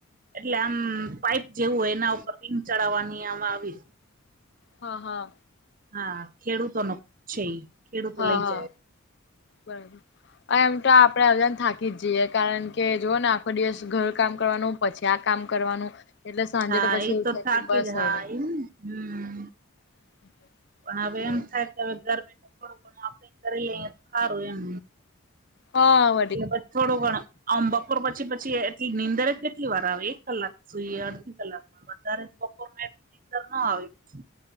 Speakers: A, on the right; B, on the left.
A: એટલે આમ પાઈપ જેવું હોય એના ઉપર રિંગ ચડાવાની આમ આવી.
B: હહ હા.
A: હા ખેડૂતો નો છે ઈ. ખેડૂતો
B: હા
A: લઈ
B: હા
A: જાય
B: બરાબર. એમ તો આપડે હલને થાકી જ જઈએ. કારણ કે જુઓ ને આખો દિવસ ઘર કામ કરવાનું. પછી આ કામ કરવાનું. એટલે સાંજે
A: હા
B: તો પછી
A: ઈતો
B: એવું થાય
A: થાકી
B: કે બસ
A: જ હા.
B: હવે
A: ઈ ન હમ
B: <inaudible>
A: પણ હવે એમ
B: વાત
A: થાય કે હવે ઘર બેઠા થોડું ઘણું આપણે કરી લઈએ તો હારું એમ.
B: હહ
A: એટલે પછ થોડું ઘણું આમ બપોર પછી પછી એટલી નીંદરે કેટલી વાર આવે એક કલાક સુઈએ, અડધી કલાકમાં તો વધારે બપોરના એટલી નીંદર નો આવે પછી.